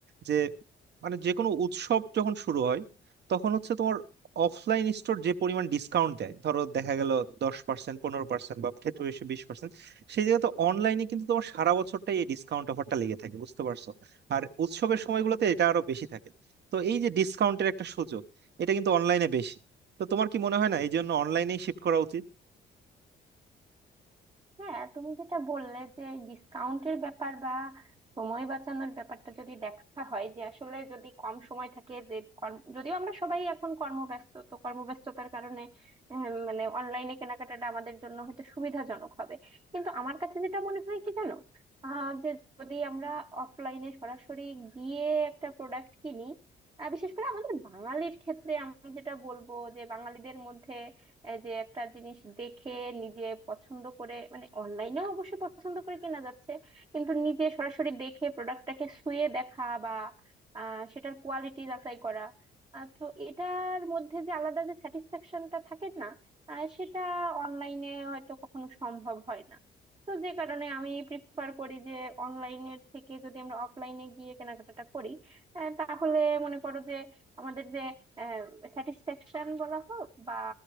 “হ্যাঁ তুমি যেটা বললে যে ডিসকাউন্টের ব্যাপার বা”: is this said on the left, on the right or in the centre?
Right